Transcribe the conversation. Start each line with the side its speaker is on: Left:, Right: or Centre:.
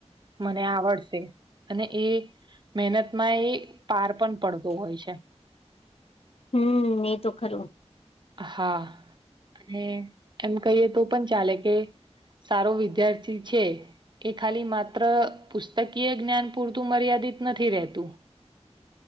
Right: મને આવડશે અને એ મહેનતમાં એ પાર પણ પડતો હોય છે
Left: હમ એ તો ખરું
Right: હા અને એમ કહીએ તો પણ ચાલે કે સારો વિદ્યાર્થી છે એ ખાલી માત્ર પુસ્તકીય જ્ઞાન પૂરતું મર્યાદા ર નથી રતું